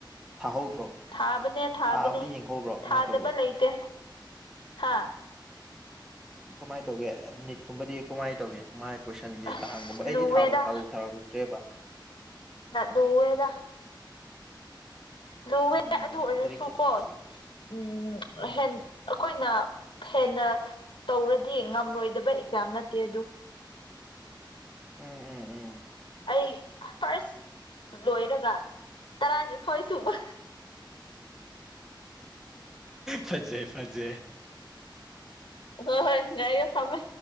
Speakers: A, in the centre; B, on the left.
A: ꯊꯥꯍꯧꯗ꯭ꯔꯣ
B: ꯊꯥꯕꯅꯦ ꯊꯥꯕꯅꯦ
A: ꯊꯥꯕꯗꯤ ꯌꯦꯡꯍꯧꯕ꯭ꯔꯣ
B: ꯊꯥꯗꯕ
A: ꯀꯃꯥꯏꯅ ꯇꯧꯒꯦ
B: ꯂꯩꯇꯦ ꯍꯥ
A: ꯀꯃꯥꯏ ꯇꯧꯒꯦ ꯅꯤꯠꯀꯨꯝꯕꯗꯤ ꯀꯃꯥꯏꯅ ꯇꯧꯒꯦ ꯀꯃꯥꯏ ꯀꯣꯏꯁꯟꯒꯤ
B: ꯑꯁ
A: ꯆꯥꯡꯒꯨꯝꯕ ꯑꯩꯗꯤ
B: ꯂꯨꯋꯦꯗ
A: ꯊꯥꯕꯨ ꯊꯥꯔꯨ ꯊꯥꯔꯨꯗ꯭ꯔꯦꯕ
B: ꯅꯥꯠ ꯂꯨꯌꯦꯗ ꯂꯨꯋꯦ
A: ꯎꯝ
B: ꯑꯗꯨ ꯑꯣꯏꯔꯁꯨ
A: ꯂꯥꯏꯔꯤꯛꯁꯦ
B: ꯀꯣ
A: ꯊꯤ
B: ꯎꯝ
A: ꯎꯝ
B: ꯍꯦꯟ ꯑꯩꯈꯣꯏꯅ ꯍꯦꯟꯅ ꯇꯧꯔꯗꯤ ꯉꯝꯔꯣꯏꯗꯕ ꯑꯦꯛꯖꯥꯝ ꯅꯠꯇꯦ ꯑꯗꯨ
A: ꯎꯝ ꯎꯝ ꯎꯝ
B: ꯑꯩ ꯐꯥꯔꯁ ꯂꯣꯏꯔꯒ ꯇꯔꯥꯅꯤꯊꯣꯏ ꯁꯨꯕ
A: ꯐꯖꯩ ꯐꯖꯩ
B: ꯍꯣꯏ ꯍꯣꯏ ꯉꯥꯏꯌꯨ ꯊꯝꯃꯦ